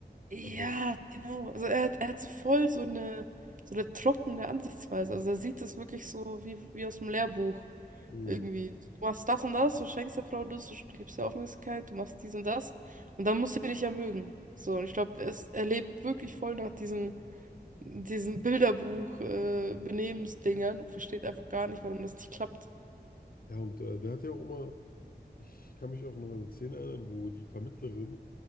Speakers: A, on the right (about 45°); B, on the left (about 55°).
A: Ja,
B: also,
A: genau. Also er hat, er hat so voll so eine, so eine trockene Ansichtsweise. Also er sieht das wirklich so wie, wie aus dem Lehrbuch.
B: mh.
A: Irgendwie, du machst das und das, du schenkst der Frau das, du gibst ihr Aufmerksamkeit, du machst dies und das und dann muss sie dich ja mögen. So, und ich glaube, es er lebt wirklich voll nach diesen, diesen Bilderbuch äh, Benehmensdingern und versteht einfach gar nicht, warum das nicht klappt.
B: ja, und äh, der hat ja auch immer Ich kann mich auch noch an eine Szene erinnern, wo die Vermittlerin